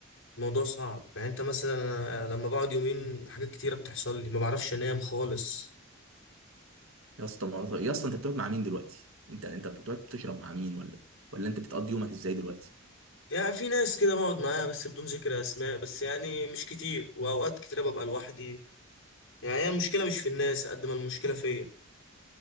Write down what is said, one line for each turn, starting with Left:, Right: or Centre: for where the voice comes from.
Left: الموضوع صعب يعني انت مثلا أنا لما بقعد يومين حاجات كتيره بتحصل لي ما بعرفش انام خالص
Right: يا اسطى ما- يا اسطى انت بتقعد مع مين دلوقتي انت انت بتقعد بتشرب مع مين ولا ولا انت بتقضي يومك ازاي دلوقتي
Left: يعني في ناس كده بقعد معاها بس بدون ذكر اسماء بس يعني مش كتير واوقات كتيره ببقى لوحدي يعني هي المشكله مش في الناس قد ما المشكله فيا